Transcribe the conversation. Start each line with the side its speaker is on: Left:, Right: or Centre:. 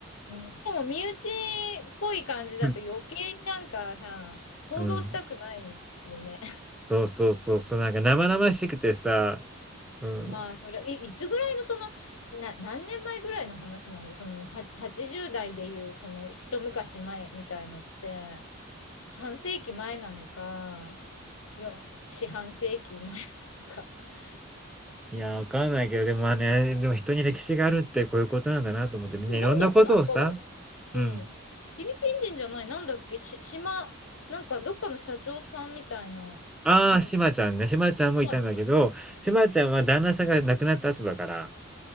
Left: うん、しかも身内っぽい感じだと余計になんかさ、
Centre: <laughs>
Left: 想像したくないよね。
Centre: うん。そうそうそうそう、なんか生々しくてさ、うん。
Left: まあ、それ、い、いつぐらいの、その、な、何年前ぐらいの話なんだ、その、は、80代でいう、その、一昔前みたいのって、半世紀前なのか、よ、四半世紀前なのか。<laughs>
Centre: いや、わかんないけど、でもまあね、でも人に歴史があるってこういうことなんだなと思って、みんないろんなことをさ、
Left: でもなんだっけ、なんか、
Centre: うん。
Left: うん、フィリピン人じゃない、なんだっけ、し、島、なんか、どっかの社長さんみたいな、
Centre: ああ、
Left: なんか、
Centre: しまちゃんね、しまちゃんもいたんだけど、
Left: まあ
Centre: しまちゃんは旦那さんが亡くなった後だから。